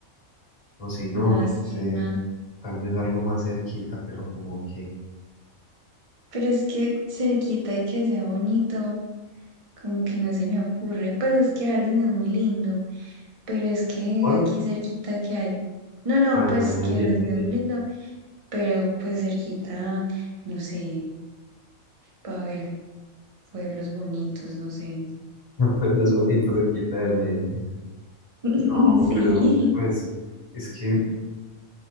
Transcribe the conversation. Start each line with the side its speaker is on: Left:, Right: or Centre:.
Left: O si no,
Right: lástima.
Left: no sé, tal vez algo más cerquita, pero como que...
Right: Pero es que cerquita de que sea bonito, como que no se me ocurre. Pues es que Jardín es muy lindo, pero es que
Left: ¿Cuál?
Right: aquí cerquita que hay. No, no,
Left: Ah,
Right: pues
Left: ya, Medellín,
Right: que Jardín
Left: Medellín.
Right: es muy lindo, pero pues cerquita, no sé, para ver pueblos bonitos, no sé.
Left: <laughs> Pueblos bonitos cerquita de Medellín.
Right: <laughs>
Left: No,
Right: Sí.
Left: pero pues es que,